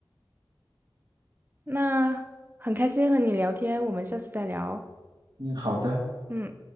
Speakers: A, on the right (about 25°); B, on the right (about 65°).
A: 那很开心和你聊天，我们下次再聊。
B: 嗯，好的。
A: 嗯。